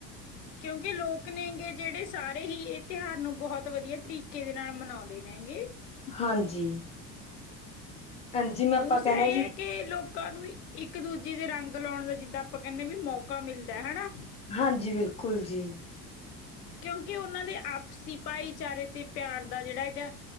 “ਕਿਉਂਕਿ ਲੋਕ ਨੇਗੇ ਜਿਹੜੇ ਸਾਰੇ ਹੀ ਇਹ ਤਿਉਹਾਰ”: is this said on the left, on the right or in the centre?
Left